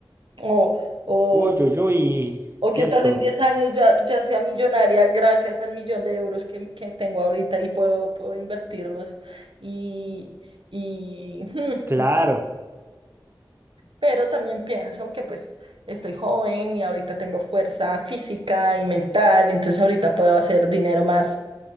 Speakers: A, on the right; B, on the right.
A: O, o,
B: Uy, uy, uy,
A: o
B: cierto.
A: qué tal en 10 años ya, ya sea millonaria gracias al millón de euros que, que tengo ahorita y puedo, puedo invertirlos. Y, y, hmm,
B: Claro,
A: pero también pienso que pues estoy joven y ahorita tengo fuerza física y mental, entonces ahorita puedo hacer dinero más